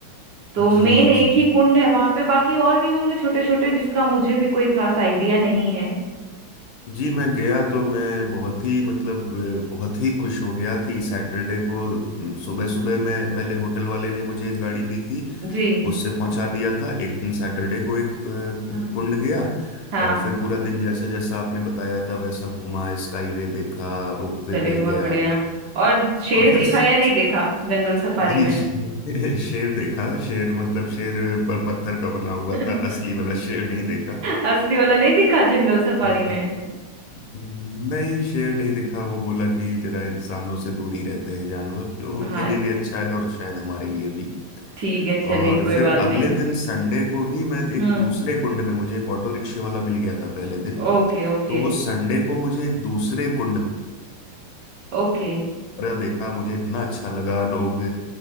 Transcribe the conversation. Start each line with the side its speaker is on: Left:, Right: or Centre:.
Right: तो मेन
Left: जी
Right: एक
Left: जी
Right: ही कुंड है वहां पे बाकी और भी होंगे छोटे छोटे जिसका मुझे भी कोई खास आइडिया नहीं है
Left: जी मैं गया तो मैं बहुत ही मतलब अ, बहुत ही खुश हो गया कि सैटरडे को सुबह सुबह मैं पहले होटल वाले ने मुझे एक गाड़ी दी थी
Right: जी
Left: उससे पहुंचा दिया था एक दिन सैटरडे को एक
Right: हम्म
Left: अ, कुंड गया
Right: हाँ
Left: और फिर पूरा दिन जैसा जैसा आपने बताया था वैसा घूमा स्काईवे देखा रोपवे
Right: चलिए
Left: पे
Right: बहुत
Left: गया
Right: बढ़िया और शेर
Left: और फिर
Right: देखा
Left: स-
Right: या नहीं देखा जंगल सफारी
Left: जी
Right: में
Left: श- <laughs> शेर देखा शेर मतलब शेर पर पत्थर का बना हुआ
Right: <laughs>
Left: था असली वाला शेर नहीं देखा
Right: असली वाला नहीं दिखा जंगल सफारी
Left: हम्म,
Right: में
Left: नहीं शेर नहीं दिखा वो बोला कि जरा इंसानों से दूर ही रहते हैं जानवर जो उनके
Right: हाँ
Left: लिए भी अच्छा है और शायद हमारे लिए भी
Right: ठीक है चलिए
Left: और
Right: कोई
Left: फिर
Right: बात
Left: अगले
Right: नहीं
Left: दिन संडे को भी मैं एक
Right: हम्म
Left: दूसरे कुंड में मुझे एक ऑटो रिक्शे वाला मिल गया था पहले दिन
Right: Okay okay
Left: तो वो संडे को मुझे एक दूसरे कुंड
Right: okay
Left: पर देखा मुझे इतना अच्छा लगा लोग